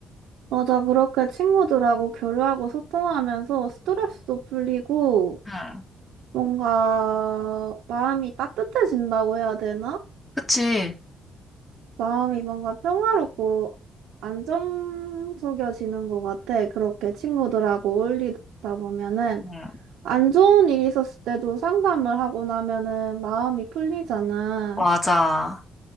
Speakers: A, on the right; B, on the left.
A: 맞아, 그렇게 친구들하고 교류하고 소통하면서 스트레스도 풀리고,
B: 응,
A: 뭔가 마음이 따뜻해진다고 해야 되나?
B: 그치.
A: 마음이 뭔가 평화롭고 안정적이어지는 것 같아. 그렇게 친구들하고 어울리다 보면은
B: 응,
A: 안 좋은 일이 있었을 때도 상담을 하고 나면은 마음이 풀리잖아.
B: 맞아.